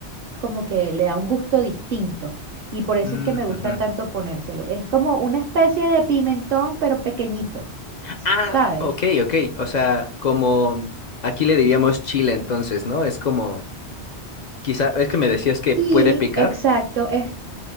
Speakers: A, on the right (about 55°); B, on the left (about 55°).
A: como que le da un gusto distinto y por eso
B: Mm,
A: es que me gusta
B: ujú.
A: tanto ponérselo. Es como una especie de pimentón, pero pequeñito,
B: Ah,
A: ¿sabes?
B: ok, ok. O sea, como aquí le diríamos chile, entonces, ¿no? Es como, quizá, es que me decías que
A: Sí,
B: puede picar,
A: Exacto, es,